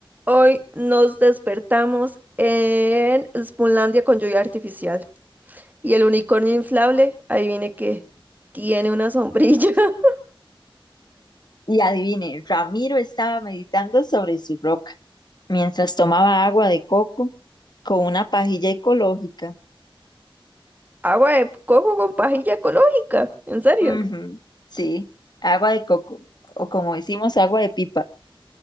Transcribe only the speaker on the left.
Y adivine, Ramiro estaba meditando sobre su roca mientras tomaba agua de coco con una pajilla ecológica.
Ujú, sí, agua de coco, o como decimos, agua de pipa.